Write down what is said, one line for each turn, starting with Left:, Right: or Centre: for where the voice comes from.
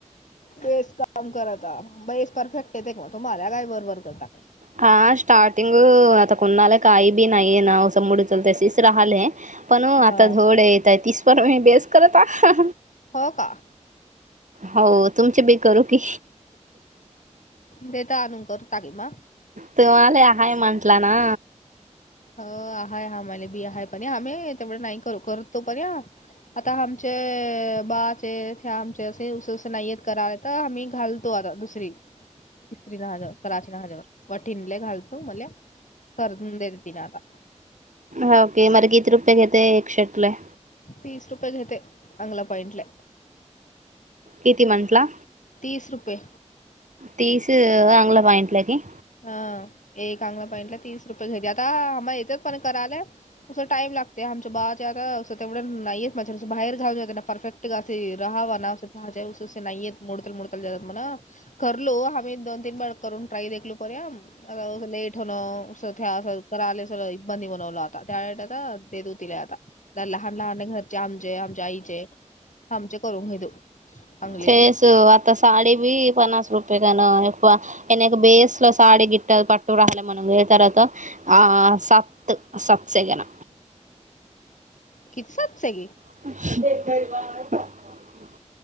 Left: बेस काम करत. बेस परफेक्ट येते का तुम्हाला काय बरबर करता काय.
Right: हा स्टार्टिंग आता कोणाला काही बी नाहीय ना. उस मुड चल तेसच राहले. पण हो
Left: हा
Right: आता थोडे येत आहे. तीसपण म बेस करत हा.
Left: हो का
Right: हो, तुमचे बी करू की.
Left: देता आणून करता बी मा
Right: तुम्हाला हाय म्हटलं ना.
Left: ह हाय. आमला बी आहे पण आमही तेवढं नाही कर करतो पण या. आता आमचे बाचे हे आमचे असे उ असं नाहीयेत करा आ तर आम्ही घालतो आता दुसरी, इस्त्री झाल्यावर. कराची न हेज्यावर वटिणल घालतू मले करून देत. तिनं आता.
Right: हा ओके मर कीती रुपये घेते एक शर्ट ला?
Left: तीस रुपये घेते अगला पॉइंटला
Right: किती म्हंटला?
Left: तीस रुपये
Right: तीस अगला वाहिंटला क
Left: हा एक अगला पईंटला तीस रुपये घ्या आता आ येतेच पण करायला. तं टाईम लागते आमच्या बा ते आता असं तेवढं नाहीयेत माझ्यां बाहेर घालून जाते ना परफेक्ट अस राहावा नाहा नाहीेत मोडतल मुडतल जात म्ह करलो आम्ही दोन तीन वेळ करून ट्राय देखलो पर्या आ लेट होनरा आले स इबंदी बनवल आता त्यावे आ ते दवतीला आता लहान लहान घरचे आमचे आमच्या आईचे आमचे करून घेतो. चांगली
Right: फेस आता साडी बी पन्नास रुपये काण एना एक बेस ला साडी गिटात पटू राहिले म्हणून गे तरात आ सत् सत्सेगन
Left: किच सत सग
Right: दे <inaudible>